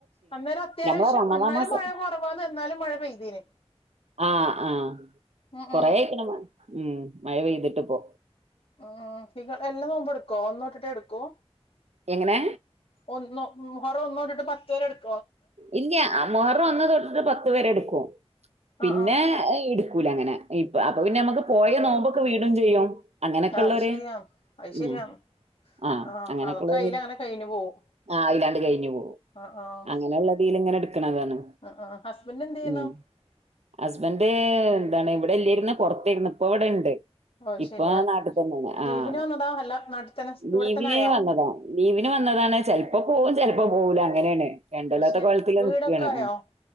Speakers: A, on the left; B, on the right.
A: അന്നേരം അത്യാവശ്യം
B: ഞമ്മളെ റമളാൻ
A: എന്നാലും
B: മാസം
A: മഴ കുറവാന്ന് എന്നാലും മഴ പെയ്തീന്
B: ആഹ് ആഹ്
A: ഉം ഉം
B: കൊറെ ആയിക്കണ് മഴ മ്മ് മഴ പെയ്തിട്ടിപ്പോ
A: മ്മ് നിങ്ങള് എല്ലാ നോമ്പും എടുക്കോ ഒന്ന് തൊട്ടിട്ടേ എടുക്കോ
B: എങ്ങനെ
A: ഒന്ന് മുഹറം ഒന്ന് തൊട്ടിട്ടു പത്ത് വരെ <inaudible>
B: ഇല്ല മുഹറം ഒന്ന് തൊട്ടിട്ട് പത്ത് വരെ എടുക്കും ഓ പിന്നെ
A: ആഹ് ആഹ്
B: എടുക്കൂല അങ്ങനെ ഇപ്പ അപ്പൊ പിന്നെ നമ്മുക്ക് പോയ നോമ്പ് ഒക്കെ വീടും ചെയ്യും അങ്ങനൊക്കെയുള്ളൊര്
A: ആഹ് അത് ശരിയാ അത് ശരിയാ
B: മ്മ് ആ
A: ആഹ്
B: അങ്ങനെ
A: അതൊക്കെ
B: ഒക്കെയുള്ളൊര്
A: അയില് അങ്ങനെ കഴിഞ്ഞു പോവും
B: ആ അങ്ങനെ ഒക്കെ ഉള്ളൊര് അയിലാണ്ട് കഴിഞ്ഞ് പോകും
A: ആഹ് ആഹ്
B: അങ്ങനെയുള്ളത് - ഇങ്ങനെ എടുക്കണതാണ്
A: ആഹ് ആഹ് ഹസ്ബൻഡ് എന്ത് ചെയ്യുന്നു
B: മ്മ് ഹസ്ബൻ്റ്- എന്ത്‌ ആണ് ഇവിടെ ഇല്ലിയിരുന്നു പുറത്തായിരുന്നു ഇപ്പ ഇവിടെ ഉണ്ട്
A: ഓഹ്
B: ഇപ്പൊ
A: ശരി
B: ആ നാട്ടിൽ തന്നെയാണ് ആ
A: ലീവിന്
B: അത്
A: വന്നതാ അല്ല നാട്ടിൽ തന്നെ
B: ലീവിന്
A: ഇവിടെത്തന്നായോ
B: വന്നതാണ് ലീവിന് വന്നതാണ് ചെലപ്പോ പോകും ചെലപ്പോ - പ്പ പോകൂല അങ്ങനെയാണ് കണ്ടല
A: അത്
B: <unintelligible>
A: ശരി
B: ത്ത കോലത്തില്
A: വീടൊക്കെ
B: നിക്കാണ്
A: ആയോ